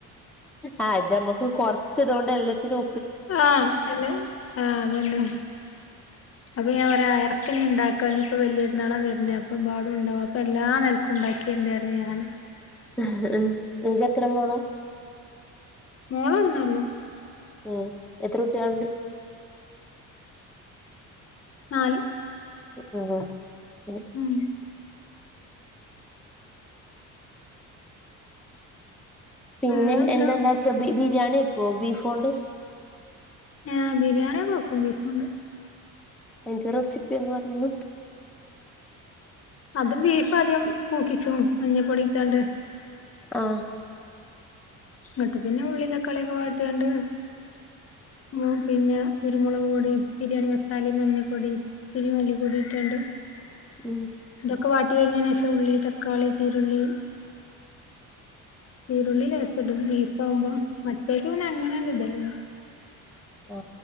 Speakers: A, in the centre; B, on the left (about 45°).
A: ആ ഇത് നമ്മുക്ക് കൊറച്ച് ഇത് കൊണ്ട് എല്ലാം ത്തിനോ
B: ആഹ അല്ലേ ആഹ അതന്നെ <unintelligible> ഉണ്ടാക്കി കഴിഞ്ഞു ഇപ്പോ വലിയ പെരുന്നാളാ വരുന്നേ അപ്പൊ ഒരുപാടുണ്ടാവും അപ്പൊ എല്ലാം നെലക്കും ഉണ്ടാക്കിണ്ടായിരുന്നു ഞാൻ
A: ആഹ് എത്ര മോളാ
B: മോളൊന്നൊള്ളു
A: മ് എത്ര കുട്ട്യാൾണ്ട്
B: നാല്
A: ആല്ലേ എനിക്
B: ഉം
A: പിന്നെ
B: വേറെന്താ
A: എന്തണ്ടാക്കിയെ ബി ബിരിയാണിക്കോ ബീഫോണ്ട്
B: ആ ബിരിയാണി ഒക്കെ വെക്കും ബീഫോണ്ട്
A: ഐന്റെ റെസിപ്പി എന്ന് പറയുന്നു
B: അത് ബീഫാദ്യം കൂക്കിച്ചും മഞ്ഞപ്പൊടി ട്ടാണ്ട്
A: ആ
B: ന്നട്ട് പിന്നെ ഉള്ളീം തക്കാളിയൊക്കെ വാട്ടിയാണ്ട് മ് പിന്നെ കുരുമുളക് പൊടിം ബിരിയാണി മസാലിം മഞ്ഞപ്പൊടിം ത്തിരി മല്ലിപ്പൊടിം ഇട്ടാണ്ട്
A: മ്
B: ഒക്കെ വാട്ടി കഴിഞ്ഞേനേശം ഉള്ളി തക്കാളി കീരുള്ളി കീരുള്ളി ലേ ടും ബീഫാവുമ്പോ മറ്റേക്ക് പിന്നെ അങ്ങനെയാണ്ട് ഡെലിവ്
A: ആ